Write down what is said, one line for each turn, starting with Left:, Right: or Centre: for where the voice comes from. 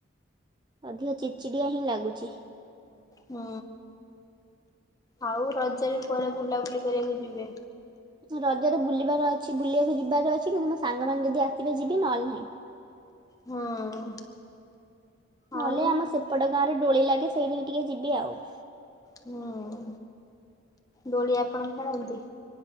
Right: ଅଧିକ ଚିଚିଡିଆ ହିଁ ଲାଗୁଚି।
Left: ହୁଁ ଆଉ ରଜ ବି କୁଆଡ଼େ ବୁଲାବୁଲି କରିବାକୁ ଯିବେ?
Right: ରଜରେ ବୁଲିବାର ଅଛି ବୁଲିବାକୁ ଯିବାର ଅଛି କିନ୍ତୁ ମୋ ସାଙ୍ଗମାନେ ଯଦି ଆସିବେ ଯିବି ନହେଲେ ନାହିଁ।
Left: ହଁ।
Right: ନହେଲେ
Left: ଆଉ
Right: ଆମ ସେପଟ ଗାଁ ରେ ଦୋଳି ଲାଗେ ସେଇଠିକି ଟିକେ ଯିବି ଆଉ।
Left: ହୁଁ ଦୋଳି ଆପଣ ଖେଣନ୍ତି?